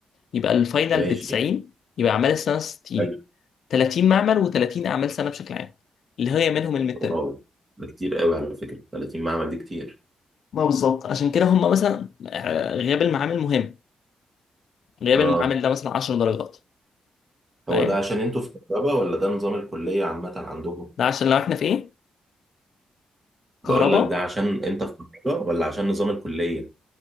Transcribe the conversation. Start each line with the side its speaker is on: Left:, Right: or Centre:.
Left: يبقى الفاينل
Right: ماشي
Left: ب 90 يبقى اعمال السنه 60
Right: حلو
Left: 30 معمل و30 اعمال سنه بشكل عام اللي هي منهم الميد
Right: واو ده كتير قوي على فكرة 30 معمل دي كتير
Left: ما بالظبط عشان كده هم مثلا آه، غياب المعامل مهم غياب
Right: اه
Left: المعامل ده مثلا 10 درجات فاهم
Right: هو ده عشان انتوا في كهرباء ولا ده نظام الكلية عامة عندهم
Left: ده عشان لو احنا في ايه كهرباء
Right: بقول لك ده عشان انت في كهرباء ولا عشان نظام الكلية